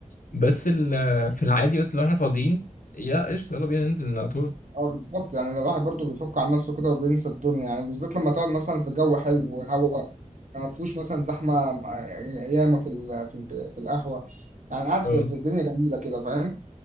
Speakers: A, on the left (about 80°); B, on the right (about 65°).
A: بس ال- في العادي بس لو احنا فاضيين يا قشطه يلا بينا ننزل على طول
B: اه بالظبط يعني الواحد برضه بيفك عن نفسه كده وبينسى الدنيا يعني بالذات لما تقعد مثلا في جو حلو وهواء ما فيهوش مثلا زحمة آه، ياما في ال- في ال- في القهوة يعني قاعد في
A: اه
B: في الدنيا جميلة كده فاهم